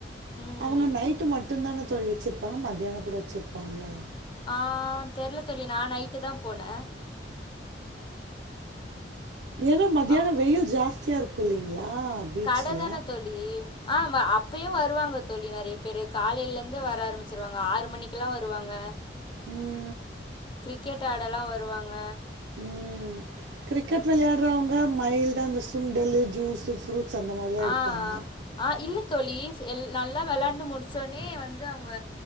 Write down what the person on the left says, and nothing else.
ம்
ஆ தெர்ல தோழி நா நைட்டு தா போனே
அவ்
கடை தானே தோழி ஆ அப்பயு வருவாங்க தோழி நெறைய பேரு காலையில கே வர ஆரம்பிச்சிருவாங்க ஆறு மணிக்கில்லா வருவாங்க
கிரிக்கெட் ஆடலா வருவாங்க
ஆ
ஆ இல்ல தோழி எல் நல்லா வெளாண்டு முடிச்சோனே வந்து அவங்க